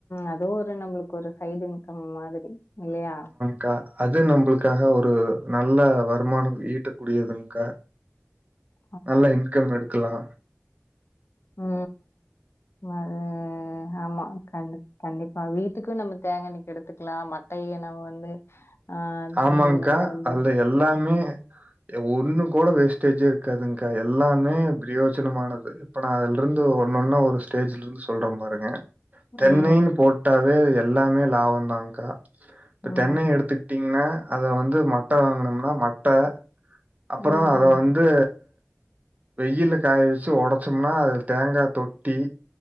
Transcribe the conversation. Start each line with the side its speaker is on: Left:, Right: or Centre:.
Left: அதுவு ஒரு நம்மளுக்கு ஒரு சைட் இன்கம் மாதிரி இல்லயா
Right: கா அது நம்மளுக்காக ஒரு நல்ல வருமானோ ஈட்டக்கூடியதுன்கா
Left: <inaudible>
Right: நல்ல இன்கம் எடுக்கலா
Left: உ உ அது ஆமா கண் கண்டிப் ஆ வீட்டுக்கு நம்ம தேங்கண்ணெய்க்கு எடுத்துக்கலா மட்டைய நம்ம வந்து ஆ
Right: ஆமாங்க்கா.
Left: உ நம்ம வந்து
Right: அதுல எல்லாமே ஏ ஒண்ணு கூட வேஸ்டேஜே இருக்காதுங்கா எல்லாமே பிரயோஜனமானது இப்ப நா அதுலருந்து ஒன்னுன்னா ஒரு ஸ்டேஜ்ல இருந்து சொல்றே பாருங்க தென்னைன்னு
Left: ம்,
Right: போட்டாவே எல்லாமே லாபம்தாக்கா இப்ப
Left: ம்,
Right: தென்னை எடுத்துக்கிட்டீங்கன்னா அத வந்து மட்ட வாங்னம்னா மட்ட அப்றோ
Left: ம்,
Right: அத வந்து வெயில்ல காய வச்சு உடைச்சோம்னா அது தேங்கா தொட்டி